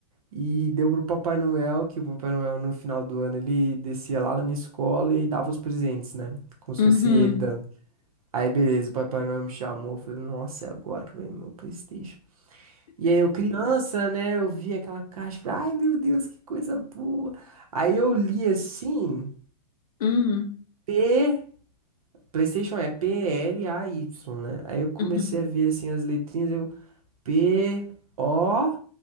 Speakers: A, on the right; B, on the left.
A: e deu pro Papai Noel, que o Papai Noel no final do ano ele descia lá na minha escola e dava os presentes, né? Como se
B: Uhum.
A: fosse ele dando. Aí beleza, o Papai Noel me chamou, eu falei, nossa, é agora que vem meu PlayStation. E aí eu criança, né, eu vi aquela caixa, falei, ai meu Deus, que coisa boa. Aí eu li assim,
B: Uhum.
A: P, PlayStation é P-L-A-Y, né? Aí eu comecei
B: Uhum.
A: a ver assim as letrinhas, eu P-O...